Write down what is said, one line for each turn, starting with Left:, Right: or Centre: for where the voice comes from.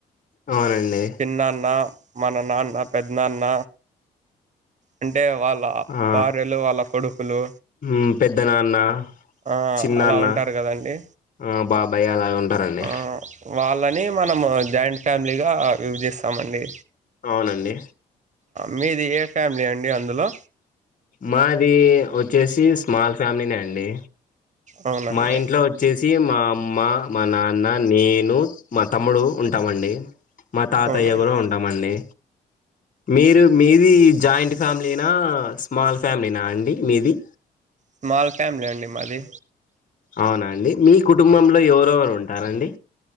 Left: అవునండి
Right: చిన్నాన్నా మన నాన్న పెద్ద నాన్న. అంటే వాళ్ళ
Left: ఆ
Right: భార్యలు వాళ్ళ కొడుకులు
Left: మ్ పెద్ద నాన్న
Right: ఆ
Left: చిన్నాన్న
Right: అలా ఉంటారు కదండి
Left: ఆ బాబాయ్ అలాగ ఉంటారండి
Right: ఆ వాళ్ళని మనము జాయింట్ ఫ్యామిలీగా విభజిస్తామండి.
Left: అవునండి
Right: మీది ఏ. ఫ్యామిలీ అండి అందులో.
Left: మాది వచ్చేసి స్మాల్ ఫ్యామిలీ నే అండి
Right: అవునండి
Left: మా ఇంట్లో వచ్చేసి మా అమ్మ మా నాన్న నేను. మా తమ్ముడు ఉంటామండి. మా తాతయ్య
Right: అవునండి
Left: గుడ ఉంటామండి మీరు మీది జాయింట్ ఫ్యామిలీనా స్మాల్ ఫ్యామిలీనా అండి మీది.
Right: స్మాల్ ఫ్యామిలీ అండి మాది
Left: అవునా అండి మీ కుటుంబంలో ఎవరెవరు ఉం రండి